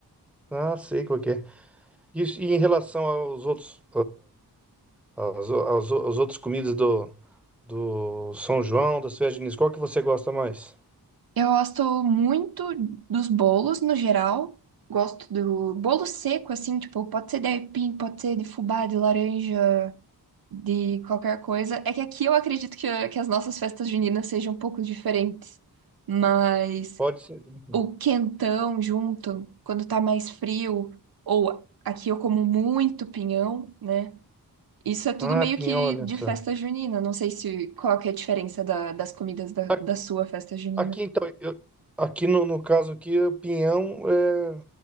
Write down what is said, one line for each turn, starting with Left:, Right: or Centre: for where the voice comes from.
Centre: Ah, sei qual que é. E, e em relação aos outros, aos, aos, aos outros comidas do, do São João, das festas juninas, qual que você gosta mais?
Right: Eu gosto muito dos bolos, no geral. Gosto do bolo seco, assim, tipo, pode ser de aipim, pode ser de fubá, de laranja, de qualquer coisa. É que aqui eu acredito que, que as nossas festas juninas sejam um pouco diferentes. Mas
Centre: Pode ser. né?
Right: o quentão junto, quando tá mais frio, ou aqui eu como muito pinhão, né? Isso é tudo
Centre: Ah,
Right: meio
Centre: pinhão,
Right: que
Centre: olha
Right: de
Centre: só.
Right: festa junina. Não sei se qual que é a diferença da- das comidas da,
Centre: Aqui,
Right: da sua festa junina.
Centre: aqui, então, eu, aqui no, no caso aqui, o pinhão é,